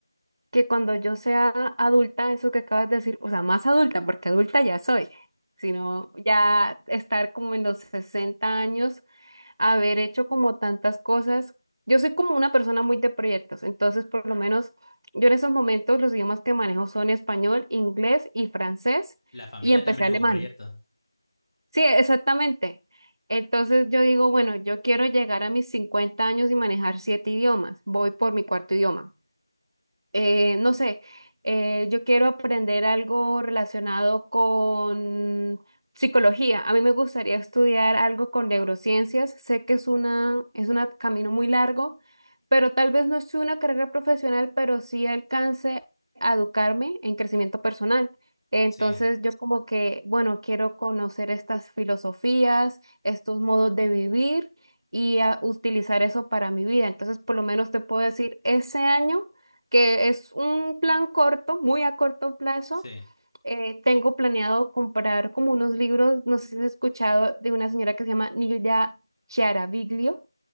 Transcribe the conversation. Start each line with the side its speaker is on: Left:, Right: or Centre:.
Right: que cuando yo sea adulta, eso que acabas de decir, o sea, más adulta, porque adulta ya soy, sino ya estar como en los 60 años, haber hecho como tantas cosas. Yo soy como una persona muy de proyectos, entonces por lo menos yo en esos momentos los idiomas que manejo son español, inglés y francés
Left: La familia
Right: y empecé
Left: también
Right: alemán.
Left: es un proyecto.
Right: Sí, exactamente. Entonces yo digo, bueno, yo quiero llegar a mis 50 años y manejar siete idiomas. Voy por mi cuarto idioma eh, no sé, eh, yo quiero aprender algo relacionado con psicología. A mí me gustaría estudiar algo con neurociencias. Sé que es una, es un camino muy largo, pero tal vez no es una carrera profesional, pero sí alcance a educarme en crecimiento personal. Entonces
Left: Sí,
Right: yo como que, bueno, quiero conocer estas filosofías, estos modos de vivir y a utilizar eso para mi vida. Entonces, por lo menos te puedo decir, ese año que es un plan corto, muy a corto plazo.
Left: sí.
Right: Eh, tengo planeado comprar como unos libros, no sé si has escuchado, de una señora que se llama Nilda Chiaraviglio,